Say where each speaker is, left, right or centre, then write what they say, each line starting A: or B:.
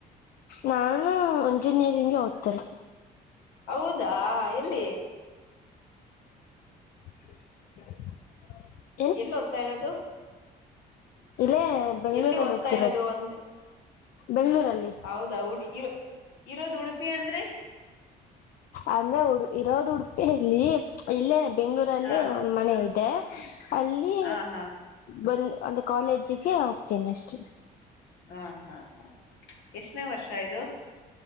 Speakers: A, on the left; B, on the left.
A: ನಾನು ಇಂಜಿನಿಯರಿಂಗ್ಗೆ ಹೋಗ್ತೇನೆ
B: ಹೌದಾ ಎಲ್ಲಿ
A: <inaudible>
B: ಎಲ್ಲಿ ಓದತಾ ಇರೋದು
A: ಇಲ್ಲೇ ಬೆಂಗಳೂರಲ್ಲಿ
B: ಎಲ್ಲಿ ಓದ್ತಾ
A: ಓದ್ತಿರೋದು
B: ಇರೋದು ಒಂದ
A: ಬೆಂಗಳೂರಲ್ಲಿ
B: ಹೌದಾ ಉಡು ಇರ ಇರೋದು ಉಡುಪಿ ಅಂದ್ರೆ
A: ಅಂದ್ರೆ ಉಡು ಇರೋದು ಉಡುಪಿ ಇಲ್ಲಿ ಇಲ್ಲೇ ಬೆಂಗ್ಳೂರಲ್ಲಿ
B: ಹ
A: ಮನೆ ಇದೆ ಅಲ್ಲಿ
B: ಆ ಹಾ
A: ಬಂದ್ ಅಂದ ಕಾಲೇಜಿಗೆ ಹೋಗ್ತೇನೆ ಅಷ್ಟೇ
B: ಹಾ ಹಾ ಹಾ ಎಷ್ಟನೇ ವರ್ಷ ಇದು